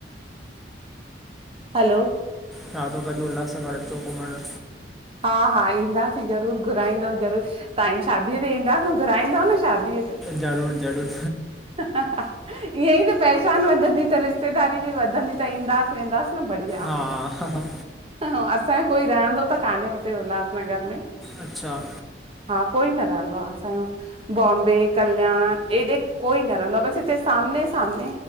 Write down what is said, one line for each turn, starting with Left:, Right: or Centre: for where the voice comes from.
Right: हलो
Centre: चवां तो, कड्डी उल्हासनगर अचो घुमणं।
Right: हा हा ईंदासीं ज़रूर घुराईंदव ज़रूर तहांजी शादीअ ते ईंदास न, घुराईंदव न शादीअ ते?
Centre: ज़रूर ज़रूर।
Right: ईह्यें ई त पहचान वधंदी त रिश्तेदारी बि वधंदी त ईंदास वेंदास न बढ़िया।
Centre: हा हा
Right: असांयो कोई रहंदो त कान्हे उते उल्हासनगर में
Centre: अच्छा?
Right: हा कोई न रहंदो आ असांयो बॉम्बे कल्याण एॾे कोई न रहंदो आ बसि हिते सामने- सामने